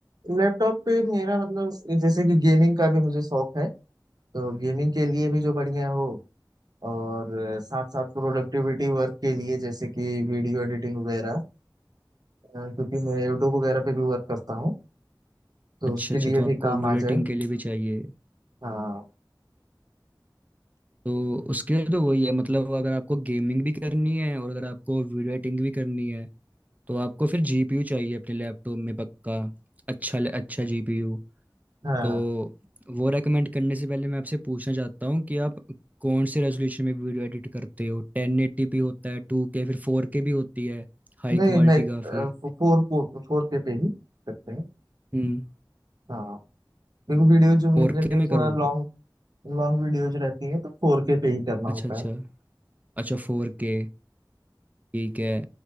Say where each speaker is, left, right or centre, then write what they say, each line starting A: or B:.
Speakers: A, on the right; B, on the right.
A: लैपटॉप पे मेरा मतलब जैसे कि गेमिंग का भी मुझे शौक है तो गेमिंग के लिए भी जो बढ़िया हो और साथ साथ प्रोडक्टिविटी वर्क के लिए जैसे कि वीडियो एडिटिंग वगैरह अ, क्योंकि मैं यूट्यूब वगैरह पे भी वर्क करता हूँ तो
B: अच्छा
A: उसके
B: अच्छा
A: लिए
B: तो
A: भी
B: आपको
A: काम
B: वीडियो
A: आ
B: एडिटिंग
A: जाए
B: के लिए भी चाहिए
A: हाँ
B: तो उसके लिए तो वही है मतलब अगर आपको गेमिंग भी करनी है और अगर आपको वीडियो एडिटिंग भी करनी है तो आपको फिर जीपीयू चाहिए अपने लैपटॉप में पक्का अच्छा अच्छा जीपीयू
A: हाँ
B: तो वो रेकमेंड करने से पहले मैं आपसे पूछना चाहता हूँ कि आप कौन से रेजोल्यूशन में वीडियो एडिट करते हो टेन एटी पी होता है टू के फिर फोर के भी होती है हाई
A: नहीं
B: क्वालिटी
A: मैं
B: काफ़ी
A: फोर फोर फोर के पे ही करते हैं
B: हम्म
A: हाँ क्योंकि वीडियो जो मेरी
B: फोर
A: रहती
B: के
A: है
B: में करो
A: थोड़ा लॉन्ग लॉन्ग वीडियोज रहती है तो फोर के पे ही करना होता
B: अच्छा अच्छा
A: है
B: अच्छा फोर के ठीक है